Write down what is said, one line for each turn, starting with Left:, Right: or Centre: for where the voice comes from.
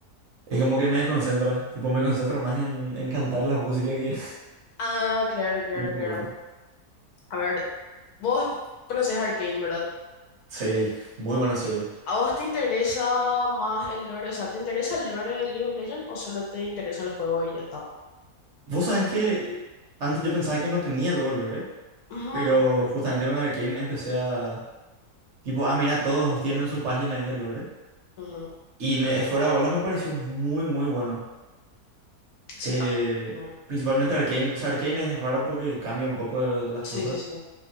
Right: Es como que me desconcentra. Tipo, me concentro más en, en cantar la música que
Left: Ah, claro,
Right: <laughs>
Left: claro,
Right: que en
Left: claro.
Right: jugar.
Left: A ver, Vos conocés Arcane, ¿verdad?
Right: Sí, muy buena serie.
Left: ¿A vos te interesa más el lore? O sea, ¿te interesa el lore de League of Legends o solo te interesa el juego y ya está?
Right: Vos sabés que antes yo pensaba que no tenía luego lore,
Left: Ujú,
Right: pero justamente con Arcane empecé a, tipo, ah, mira, todos tienen su página ahí de lore.
Left: ujú.
Right: Y me, fuera de bolas me pareció muy, muy bueno.
Left: Sí,
Right: Eh,
Left: a- ujú.
Right: principalmente Arcane. O sea, Arcane es raro porque cambia un poco las
Left: sí,
Right: cosas.
Left: sí, sí.